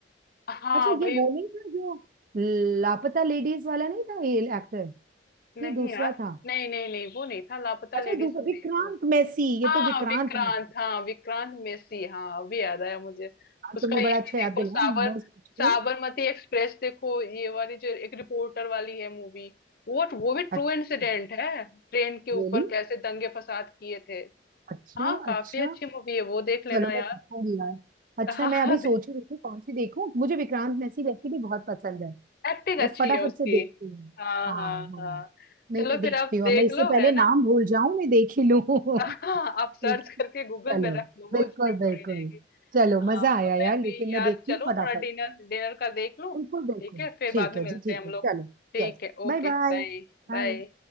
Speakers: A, on the left (about 55°); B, on the right (about 45°).
A: हाँ
B: अच्छा
A: भाई
B: ये वो नहीं था जो लापता लेडीज वाला नहीं था ये एक्टर
A: नहीं
B: ये दूसरा
A: यार
B: था
A: नहीं नहीं नहीं वो नहीं था लापता
B: अच्छा
A: लेडीज
B: दूसरा
A: में
B: विक्रांत
A: नहीं था
B: मैसी ये
A: हाँ
B: तो विक्रांत
A: विक्रांत
B: मैसी
A: हाँ विक्रांत मेसी हाँ अभी याद आया मुझे
B: हाँ,
A: उसका
B: तुमने
A: ये
B: बड़ा अच्छा
A: भी
B: याद
A: देखो
B: दिलाया
A: साबर
B: मैं सोच
A: साबरमती
B: रही
A: एक्सप्रेस देखो ये वाली जो एक रिपोर्टर वाली है मूवी वो वो भी ट्रू
B: अच्छा
A: इंसिडेंट है ट्रेन के ऊपर
B: रियली अच्छा really?
A: कैसे दंगे फसाद किए थे
B: अच्छा
A: हाँ काफी
B: अच्छा।
A: अच्छी मूवी है वो देख लेना
B: चलो मैं
A: यार
B: देखूंगी यार अच्छा
A: हाँ
B: मैं अभी सोच ही रही थी कौन सी देखूं मुझे विक्रांत मैसी वैसे भी बहुत पसंद है
A: एक्टिंग
B: मैं
A: अच्छी
B: फटाफट
A: है उसकी
B: से देखती हूँ
A: हाँ
B: हाँ
A: हाँ
B: हाँ
A: हाँ
B: नहीं
A: चलो
B: मैं
A: फिर
B: देखती
A: आप
B: हूँ
A: देख
B: अब मैं इससे
A: लो
B: पहले
A: है
B: नाम
A: ना
B: भूल जाऊं मैं देख ही लूं
A: हाँ
B: <laughs> ठीक
A: आप सर्च
B: है
A: करके गूगल
B: चलो
A: में रख लो वो
B: बिल्कुल
A: हिस्ट्री
B: बिल्कुल
A: पड़ी रहेगी
B: चलो
A: हाँ,
B: मजा आया यार
A: मैं
B: लेकिन
A: भी
B: मैं
A: यार
B: देखती
A: चलूँ
B: हूँ फटाफट
A: थोड़ा डिनर डिनर का देख लूँ
B: बिल्कुल बिल्कुल
A: ठीक है फिर
B: ठीक
A: बाद में
B: है
A: मिलते
B: जी ठीक
A: हैं हम
B: है
A: लोग
B: चलो
A: ठीक
B: यस
A: है
B: Bye
A: ओके
B: bye
A: बाय बाय
B: बाय